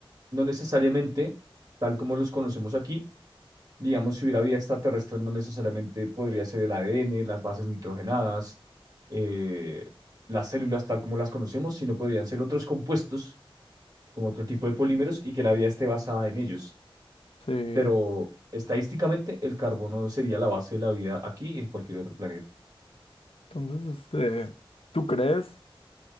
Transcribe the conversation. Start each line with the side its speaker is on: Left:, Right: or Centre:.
Right: no necesariamente tal como los conocemos aquí, digamos, si hubiera vida extraterrestre, no necesariamente podría ser el ADN, las bases nitrogenadas, eh, las células tal como las conocemos, sino podrían ser otros compuestos, como otro tipo de polímeros, y que la vida esté basada en ellos.
Left: sí.
Right: Pero estadísticamente, el carbono sería la base de la vida aquí y en cualquier otro planeta.
Left: Entonces, este, ¿tú crees?